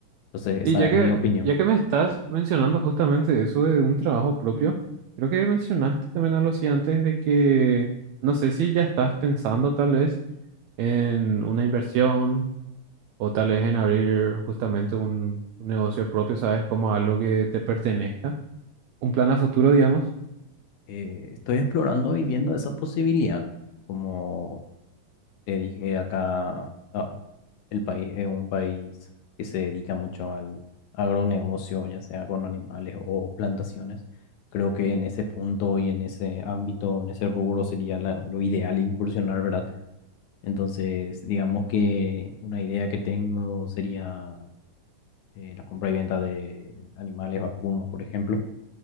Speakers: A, on the left; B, on the right.
A: Entonces,
B: Y
A: esa
B: ya
A: es
B: que,
A: mi opinión.
B: ya que me estás mencionando justamente eso de un trabajo propio, creo que mencionaste también algo así antes de que, no sé si ya estás pensando tal vez en una inversión o tal vez en abrir justamente un, un negocio propio, ¿sabes? Como algo que te pertenezca, un plan a futuro, digamos.
A: Eh, estoy explorando y viendo esa posibilidad, como Te dije acá, ah, el país es un país que se dedica mucho al agronegocio, ya sea con animales o plantaciones. Creo que en ese punto y en ese ámbito, en ese rubro sería la- lo ideal incursionar, ¿verdad? Entonces, digamos que una idea que tengo sería eh, la compra y venta de animales vacunos, por ejemplo,